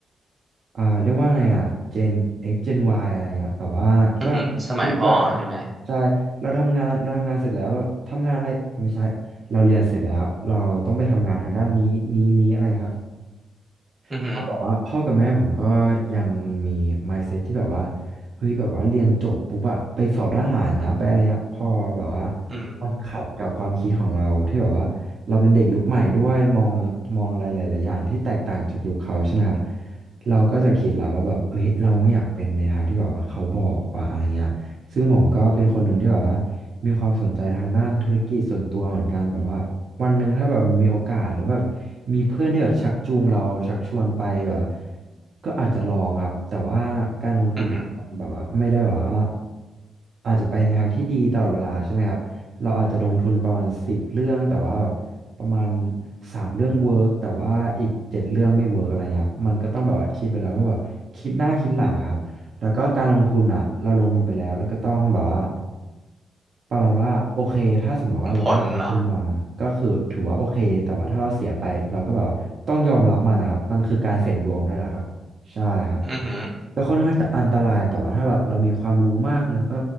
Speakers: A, on the right; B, on the right.
A: อ่าเรียกว่าไงอ่ะ Gen X Gen Y อะไรเงี้ยแบบว่าก็
B: อือหือสมัยพ่อใช่ไหม
A: เฮ้ยเราใช่เราทำงานเราทำงานเสร็จแล้วเราทำงานอะไรไม่ใช่เราเรียนเสร็จแล้วเราต้องไปทำงานทางด้านนี้นี้นี้อะไรครับ
B: อือหือ
A: เพราะแบบว่าพ่อกับแม่ผมก็ยังมี mindset ที่แบบว่าเฮ้ยแบบว่าเรียนจบปุ๊บอะไปสอบทหารนะไปอะไรเงี้ยพอแบบว่า
B: อืม
A: มันขัดกับความคิดของเราที่แบบว่าเราเป็นเด็กยุคใหม่ด้วยมองมองอะไรหลายๆอย่างที่แตกต่างจากยุคเขาใช่ไหมครับเราก็จะคิดแล้วว่าแบบเฮ้ยเราไม่อยากเป็นในทางที่แบบว่าเขาบอกว่าอะไรเงี้ยซึ่งผมก็เป็นคนหนึ่งที่แบบว่ามีความสนใจทางด้านธุรกิจส่วนตัวเหมือนกันแบบว่า วันหนึ่งถ้าแบบมีโอกาสหรือแบบมีเพื่อนที่แบบชักจูงเราชักชวนไปแบบก็อาจจะลองครับแต่ว่าการลงทุนมันแบบว่าไม่ได้แบบว่า
B: อือหือ
A: อาจจะไปในทางที่ดีตลอดเวลาใช่ไหมครับเราอาจจะลงทุนประมาณสิบเรื่องแต่ว่าแบบประมาณสามเรื่องเวิร์กแต่ว่าอีกเจ็ดเรื่องไม่เวิร์กอะไรเงี้ยครับมันก็ต้องแบบว่าคิดไปแล้วว่าแบบคิดหน้าคิดหลังอะครับ แล้วก็การลงทุนอ่ะเราลงทุนไปแล้วแล้วก็ต้องแบบว่าประมาณว่าโอเคถ้าสมมติว่าเราได้มันคืนมาก็คือถือว่าโอเคแต่ว่าถ้าเราเสียไปเราก็แบบว่าต้องยอมรับมันนะครับมันคือการเสี่ยงดวงด้วยแหละครับใช่ครับ
B: หวังผลเหรออือหือ
A: ก็ค่อนข้างอันตรายแต่ว่าถ้าแบบเรามีความรู้มากแล้วก็